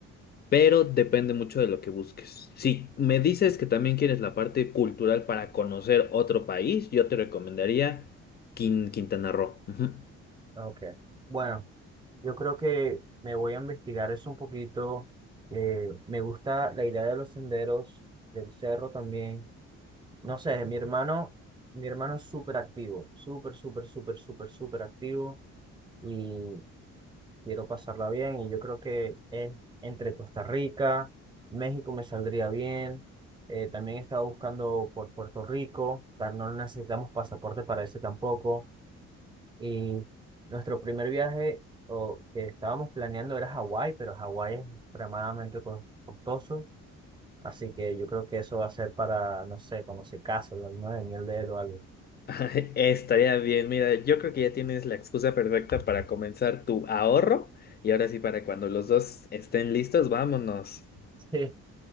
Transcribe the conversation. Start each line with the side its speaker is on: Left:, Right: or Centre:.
Left: pero depende mucho de lo que busques. Si me dices que también quieres la parte cultural para conocer otro país, yo te recomendaría Quin- Quintana Roo. Ujú.
Right: Ah, Ok. Bueno, yo creo que me voy a investigar eso un poquito. Eh, me gusta la idea de los senderos, del cerro también. No sé, mi hermano, mi hermano es súper activo, súper, súper, súper, súper, súper activo y quiero pasarla bien. Y yo creo que es entre Costa Rica, México me saldría bien. Eh, también estaba buscando por Puerto Rico, tan- no necesitamos pasaporte para ese tampoco. Y nuestro primer viaje o que estábamos planeando era Hawái, pero Hawái es extremadamente cos- costoso. Así que yo creo que eso va a ser para, no sé, cuando se case, la luna de miel de él o algo.
Left: <laughs> Estaría bien, mira, yo creo que ya tienes la excusa perfecta para comenzar tu ahorro y ahora sí para cuando los dos estén listos, vámonos.
Right: Sí.